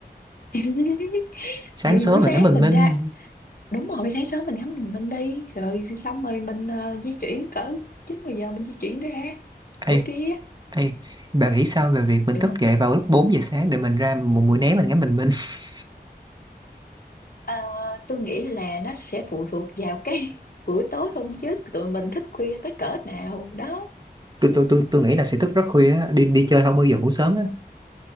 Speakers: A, on the left; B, on the right.
A: <laughs>
B: sáng
A: thì
B: sớm
A: buổi sáng
B: mà ngắm bình
A: mình
B: minh
A: ra đúng rồi sáng sớm mình ngắm bình minh đi rồi xong rồi mình ờ, di chuyển cỡ chín mười giờ mình di chuyển ra
B: ê
A: chỗ kia
B: ê bà nghĩ sao về việc mình
A: được
B: thức
A: không
B: dậy vào lúc 4 giờ sáng để mình ra một buổi né mình ngắm bình minh <laughs>
A: Ờ, tôi nghĩ là nó sẽ phụ thuộc vào cái <laughs> buổi tối hôm trước tụi mình thức khuya tới cỡ nào đó
B: tôi tôi tôi tôi nghĩ là sẽ thức rất khuya á đi đi chơi không bao giờ ngủ sớm á